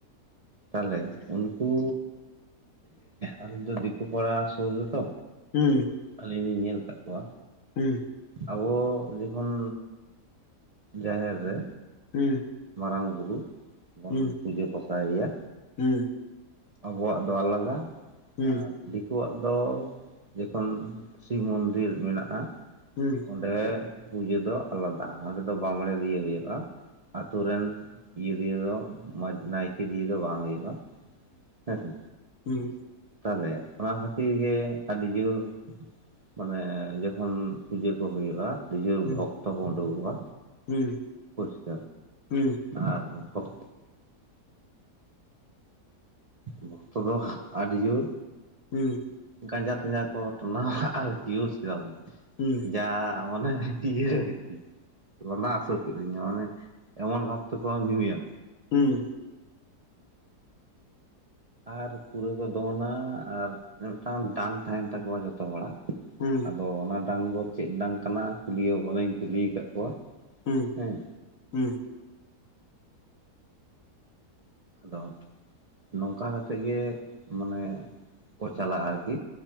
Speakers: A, on the right (about 70°); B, on the left (about 60°).
A: ᱛᱟᱦᱚᱞᱮ ᱩᱱᱠᱩ ᱟᱞᱮ ᱫᱚ ᱫᱤᱠᱩ ᱯᱟᱲᱟ ᱥᱩᱨ ᱨᱮᱛᱚ᱾
B: ᱦᱩᱸ᱾
A: ᱟᱹᱞᱤᱧ ᱞᱤᱧ ᱧᱮᱞ ᱠᱟᱫ ᱠᱚᱣᱟ᱾
B: ᱦᱩᱸ᱾
A: ᱟᱵᱚ ᱡᱚᱠᱷᱚᱱ ᱡᱟᱦᱮᱨ ᱨᱮ
B: ᱦᱩᱸ᱾
A: ᱢᱟᱨᱟᱝ ᱵᱩᱨᱩ ᱵᱚᱱ
B: ᱦᱩᱸ
A: ᱯᱩᱡᱟᱹ ᱯᱟᱥᱟᱭᱮᱭᱟ᱾
B: ᱦᱩᱸ
A: ᱟᱵᱚᱣᱟᱜ ᱫᱚ ᱟᱞᱟᱫᱟ
B: ᱦᱩᱸ
A: ᱟᱨ ᱫᱤᱠᱩ ᱩᱱᱠᱩᱣᱟᱜ ᱫᱚ ᱡᱚᱠᱷᱚᱱ ᱥᱤᱵ ᱢᱚᱱᱫᱤᱨ ᱢᱮᱱᱟᱜᱼᱟ᱾
B: ᱦᱩᱸ᱾
A: ᱚᱸᱰᱮ ᱯᱩᱡᱟᱹ ᱫᱚ ᱟᱞᱟᱫᱟ ᱚᱸᱰᱮ ᱫᱚ ᱵᱟᱸᱢᱲᱮ ᱫᱤᱭᱮ ᱦᱩᱭᱩᱜᱼᱟ᱾ ᱟᱛᱩ ᱨᱮᱱ ᱤᱭᱟᱹ ᱫᱤᱭᱮ ᱫᱚ ᱢᱚᱸᱡᱽ ᱱᱟᱭᱠᱮ ᱫᱤᱭᱮ ᱫᱚ ᱵᱟᱝ ᱦᱩᱭᱩᱜᱼᱟ᱾ ᱦᱮᱸᱥᱮ
B: ᱦᱩᱸ
A: ᱛᱟᱦᱚᱞᱮ ᱚᱱᱟ ᱠᱷᱟᱹᱛᱤᱨ ᱜᱮ ᱟᱹᱰᱤ ᱡᱩᱨ ᱢᱟᱱᱮ ᱡᱚᱠᱷᱚᱱ ᱯᱩᱡᱟᱹ ᱠᱚ ᱦᱩᱭᱩᱜᱼᱟ ᱱᱤᱡᱚᱨ ᱵᱷᱚᱠᱛᱚ
B: ᱦᱩᱸ ᱦᱩᱸ
A: ᱠᱚ ᱩᱰᱩᱠᱚᱜᱼᱟ᱾
B: ᱦᱩᱸ᱾
A: ᱯᱚᱥᱠ
B: ᱦᱩᱸ
A: ᱟᱨ ᱵᱚᱠ ᱵᱷᱚᱠᱛᱚ ᱫᱚ ᱟᱹᱰᱤ ᱡᱩᱨ
B: ᱦᱩᱸ᱾
A: ᱜᱟᱸᱡᱟ ᱛᱟᱸᱡᱟ ᱠᱚ ᱴᱚᱱᱟ ᱟᱨ ᱤᱭᱩᱡᱽ ᱠᱮᱫᱟ
B: ᱦᱩᱸ᱾
A: ᱡᱟᱻ ᱢᱟᱱᱮ ᱤᱭᱟᱹ ᱟᱨᱠᱤ ᱞᱟᱸᱫᱟ ᱦᱟᱥᱩᱨ ᱠᱮᱫ ᱞᱤᱧᱟᱹ ᱢᱟᱱᱮ ᱮᱢᱚᱱ ᱵᱷᱟᱵ ᱛᱮᱠᱚ ᱧᱩᱭᱟ
B: ᱦᱩᱸ᱾
A: ᱟᱨ ᱯᱩᱨᱟᱹ ᱠᱚ ᱫᱚᱱᱟ ᱟᱨ ᱢᱤᱫᱴᱟᱝ ᱰᱟᱝ ᱛᱟᱦᱮᱱ ᱛᱟᱠᱚᱣᱟ ᱡᱚᱛᱚ ᱦᱚᱲᱟᱜ
B: ᱦᱩᱸ᱾
A: ᱟᱫᱚ ᱚᱱᱟ ᱰᱟᱝ ᱫᱚ ᱪᱮᱫ ᱰᱟᱝ ᱠᱟᱱᱟ ᱠᱩᱞᱤ ᱦᱚᱸ ᱵᱚᱞᱮᱧ ᱠᱩᱞᱤ ᱟᱠᱟᱫ ᱠᱚᱣᱟ᱾
B: ᱦᱩᱸ
A: ᱦᱮᱸ
B: ᱦᱩᱸ᱾
A: ᱟᱫᱚ ᱱᱚᱝᱠᱟ ᱠᱟᱛᱮᱫ ᱜᱮ ᱢᱟᱱᱮ ᱠᱚ ᱪᱟᱞᱟᱜᱼᱟ ᱟᱨᱠᱤ